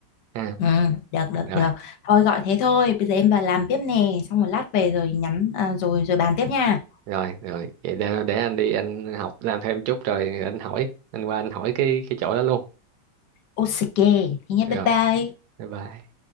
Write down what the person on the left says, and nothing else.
Ừ, được được
được. Thôi gọi thế thôi, bây giờ em vào làm tiếp nè, xong một lát về rồi nhắn à, rồi rồi bàn tiếp nha.
Ok, thế nhé, bye
bye.